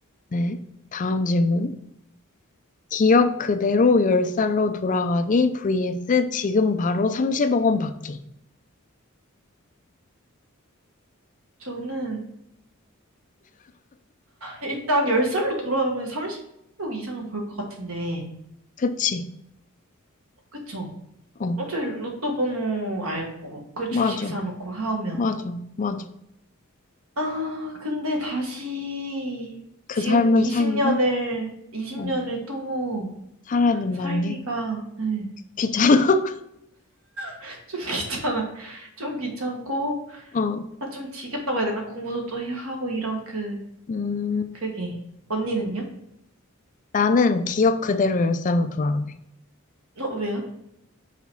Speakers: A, on the left (about 35°); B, on the right (about 80°).
A: 네. 다음 질문. 기억 그대로 열살로 돌아가기 vs 지금 바로 30억 원 받기.
B: 저는 일단 열살로 돌아가면 30억 이상은 벌 것 같은데,
A: 그치?
B: 그쵸?
A: 어,
B: 어차피 로또 번호 알고, 그 주식
A: 맞아.
B: 사놓고 하면
A: 맞아. 맞아.
B: 아, 근데 다시
A: 그
B: 지금
A: 삶을
B: 20년을,
A: 사기가?
B: 20년을
A: 어,
B: 또
A: 살아야 된다는
B: 살기가
A: 게
B: 네,
A: 귀찮아.
B: <laughs> 좀 귀찮아. 좀 귀찮고,
A: <laughs> 어,
B: 아, 좀 지겹다고 해야 되나? 공부도 또 해야 하고 이런 그,
A: 음,
B: 그게. 언니는요?
A: 나는 기억 그대로 열살로 돌아가네.
B: 어, 왜요?